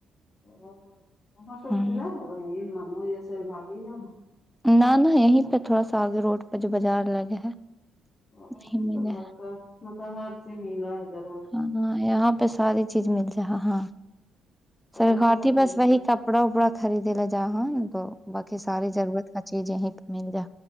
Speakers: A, on the left (about 25°); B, in the centre.
A: ا وہاں پ
B: ہوں
A: ملا ہو منو جیسر گاٹ ہی جاں
B: نہ نہ یہیں پہ تھوڑا سا آگے روڈ پہ جو بازار لگے ہے
A: او
B: نہیں ملا
A: تو ل
B: ہے
A: کا مت ہار سے میلا ہزار ہو
B: ہاں ہاں یہاں پہ ساری چیز مل جائے ہاں
A: صحیح
B: سرارٹی
A: ہے پھر
B: بس وہی
A: تو
B: کب کپڑا اپڑا خریدے لا جاا نا تو بای ساری ضرورت کا چیز یہیں پ مل جا